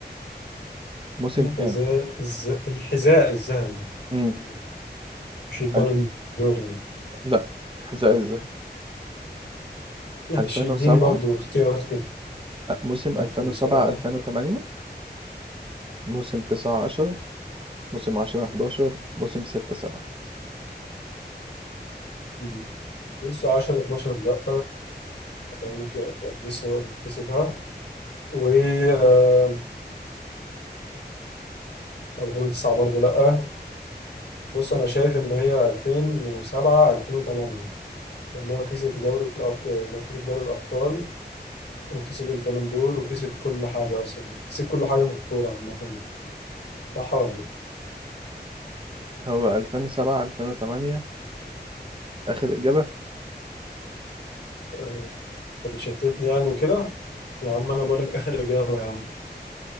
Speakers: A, on the right; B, on the left.
A: موسم
B: الحذاء
A: كام؟
B: الز... الحذاء الذهبي
A: مم.
B: مش البالون
A: ألف
B: دور يعني
A: لا الحذاء الذهبي
B: ماشي
A: 2007
B: اديني برضو اختيارات كده
A: موسم 2007
B: 2007
A: 2008 موسم 9 10 موسم 10 11 موسم 6 7
B: مم. بص 10 12 لأ يعني كده لسه كسبها و آه، 2009 برضو لأ بص انا شايف ان هي 2007 2008 لان هو كسب دوري الأب... هو كسب دوري الابطال وكسب البالون دور وكسب كل حاجه اصلا كسب كل حاجه في الكوره عامه صح ولا لا؟
A: هو 2007 2008 آخر إجابة
B: آه، طب شتتني يعني وكده يا عم انا بقول لك اخر اجابه يا عم